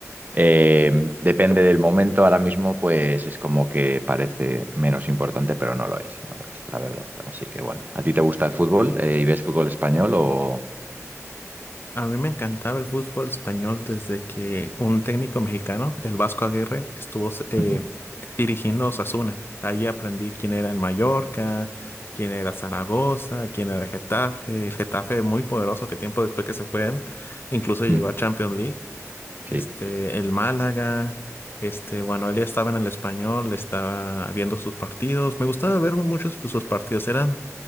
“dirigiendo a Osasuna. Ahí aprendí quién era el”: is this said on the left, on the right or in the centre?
Left